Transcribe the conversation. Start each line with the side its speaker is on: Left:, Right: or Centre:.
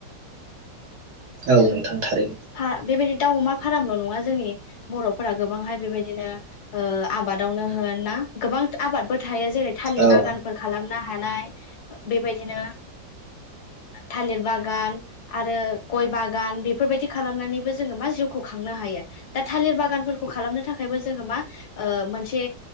Right: औ नोंथां थारैनो
Left: <unintelligible> मदत ब दाउ, अमा फारामल नंङा जोंनि बर'फोरा गोबांहाय बेबायदिनो ओ आबादावनो होन ना गोबां आबादबो थायो जेरै थालिर
Right: औ
Left: बागानफोर खालामनो हानाय बेबायदिनो <unintelligible> थालिर बागान आरो गय बागान बेफोरबायदि खालामनानैबो जोङो मा जिउखौ खांनो हायो दा थालिर बागानफोरखौ खालामनो थाखायबो जोङो मा मोनसे